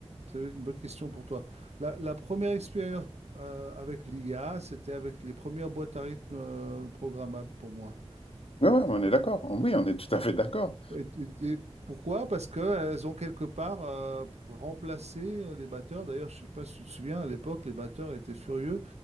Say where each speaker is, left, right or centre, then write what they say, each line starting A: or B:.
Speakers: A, on the right; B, on the left.
A: ça va être une bonne question pour toi. La, la première expérience euh, avec l'IA, c'était avec les premières boîtes à rythme euh, programmables pour moi.
B: Oui, ouais, ouais, on est d'accord. Oui, on est tout à fait d'accord.
A: Et, et- et pourquoi? Parce qu'elles ont quelque part euh, remplacé euh, les batteurs. D'ailleurs, je ne sais pas si tu te souviens, à l'époque, les batteurs étaient furieux.